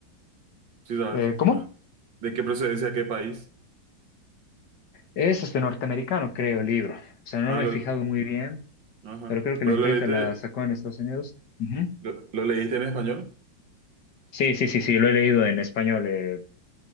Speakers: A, on the right; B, on the left.
A: Sí, sabes.
B: Eh, ¿cómo?
A: <laughs> ¿De qué procedencia, qué país?
B: Es este norteamericano, creo, el libro. O sea, no
A: Ah,
B: me
A: lo,
B: he fijado muy bien,
A: ajá.
B: pero creo que
A: ¿Pero
B: la imprenta
A: lo leíste,
B: la sacó en Estados Unidos. Ujú.
A: lo lo leíste en español?
B: Sí, sí, sí, sí, lo he leído en español. eh.